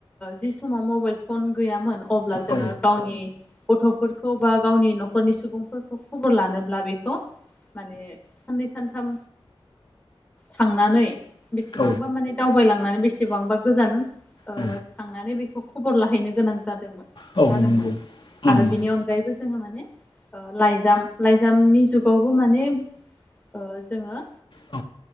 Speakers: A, on the left; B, on the left.
A: जि समाव मबाइल फन गैयामोन अब्ला जोङो
B: औ
A: गावनि गथ'फोरखौ बा गावनि न'खरनि सुबुंफोरखौ खबर लानोब्ला बेखौ माने साननै सानथाम थांनानै बेसेबांबा
B: औ
A: माने दावबायलांनानै बेसेबांबा गोजान
B: औ
A: थांनानै बेखौ खबर लाहैनो गोनां जादोंमोन
B: औ
A: जादोंमोन
B: नंगौ नंगौ
A: आरो बिनि अनगायैबो जोो माने लाइजाम लाइजामनि जुावबो म माने जोङो
B: औ